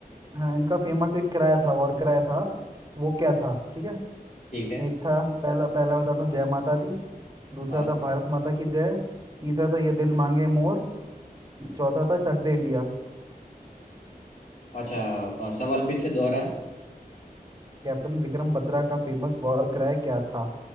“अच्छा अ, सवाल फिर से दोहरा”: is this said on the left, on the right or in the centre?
Left